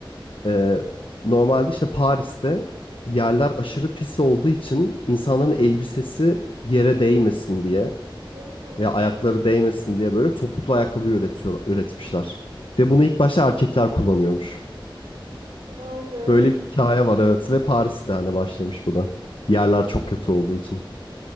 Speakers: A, on the left (about 75°); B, on the right (about 80°).
A: Ee, normalde işte Paris'te yerler aşırı pis olduğu için insanların elbisesi yere değmesin diye
B: Ya
A: veya ayakları değmesin diye böyle topuklu ayakkabı üretiyor, üretmişler. Ve bunu ilk başta erkekler kullanıyormuş.
B: vay be.
A: Böyle bir hikaye var evet ve Paris'te hani başlamış bu da. Yerler çok kötü olduğu için.